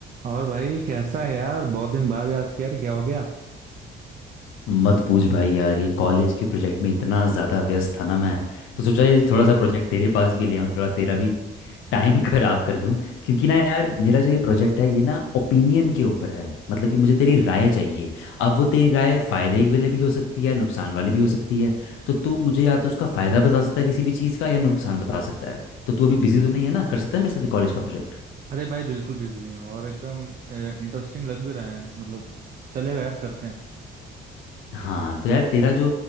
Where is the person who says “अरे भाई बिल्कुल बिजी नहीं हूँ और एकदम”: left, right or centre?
Right